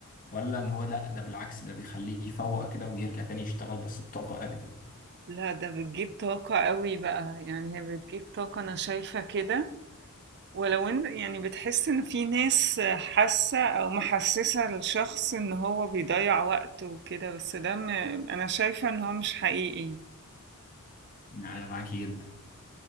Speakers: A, on the left; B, on the right.
A: ولا ان هو لا ده بالعكس ده بيخليه يفوق كده ويرجع تاني يشتغل بس بطاقة اجدد
B: لا ده بتجيب طاقة قوي بقى يعني هي بتجيب طاقة أنا شايفة كده ولو إن يعني بتحس إن في ناس حاسة أو محسسة للشخص إن هو بيضيع وقته وكده بس ده م... أنا شايفة إن هو مش حقيقي يعني.
A: يعني أنا معاكي جدا